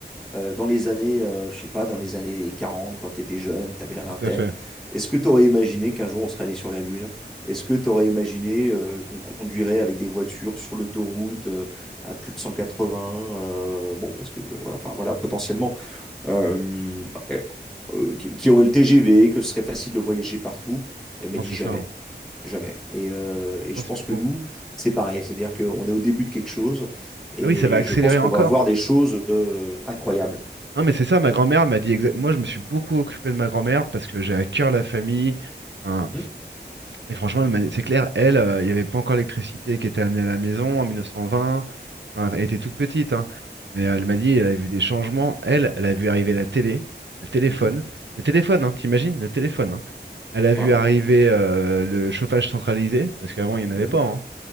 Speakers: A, in the centre; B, on the right.
A: Euh, dans les années, euh, je sais pas, dans les années 40, quand tu étais jeune, tu avais la vingtaine,
B: Tout à fait.
A: est-ce que tu aurais imaginé qu'un jour on serait allé sur la Lune? Est-ce que tu aurais imaginé euh, qu'on conduirait avec des voitures sur l'autoroute euh, à plus de 180? euh, bon, parce que, euh, voilà, enfin, voilà, potentiellement euh, bah, eh, euh, qui, qui aurait le TGV, que ce serait facile de voyager partout. Elle
B: Non,
A: m'a dit
B: c'est
A: jamais,
B: ça. hein.
A: jamais. Et, euh, et je
B: Non, c'est
A: pense
B: fou.
A: que nous,
B: hein.
A: c'est pareil. C'est-à-dire qu'on est au début de quelque chose et
B: Ah oui, ça va accélérer
A: je pense qu'on
B: encore.
A: va voir des choses euh, incroyables.
B: Non, mais c'est ça, ma grand-mère m'a dit exact... Moi, je me suis beaucoup occupé de ma grand-mère parce que j'ai à cœur la famille. Enfin,
A: Mhm,
B: et franchement, elle m'a- c'est clair, elle, euh, il n'y avait pas encore l'électricité qui était amenée à la maison en 1920. Enfin, elle était toute petite, hein. Mais elle m'a dit, elle a vu des changements. Elle, elle a vu arriver la télé, le téléphone.
A: mhm,
B: Le téléphone, hein, t'imagines? Le téléphone, hein. Elle a
A: waouh,
B: vu arriver euh, le chauffage centralisé, parce qu'avant, il n'y en
A: mhm,
B: avait pas, hein.